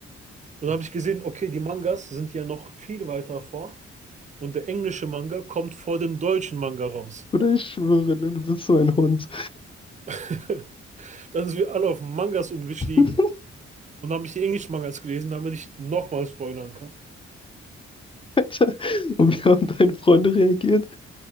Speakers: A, on the right; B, on the left.
A: Und dann habe ich gesehen, okay, die Mangas sind ja noch viel weiter vor. Und der englische Manga kommt vor dem deutschen Manga raus.
B: oder ich schwöre, ne, du bist so ein Hund.
A: <laughs> Dann sind wir alle auf Mangas umgestiegen
B: <laughs>
A: und haben ich die englischen Mangas gelesen, damit ich nochmal spoilern kann.
B: Alter, Und wie haben deine Freunde reagiert?